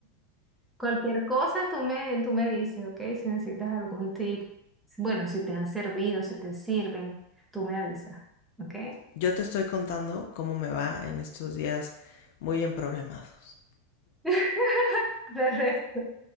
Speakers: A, in the centre; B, on the left.
A: Cualquier cosa tú me, tú me dices, ¿ok? Si necesitas algún tip, bueno, si te han servido, si te sirven, tú me avisas, ¿ok?
B: Yo te estoy contando cómo me va en estos días muy emproblemados.
A: <laughs> Perfecto.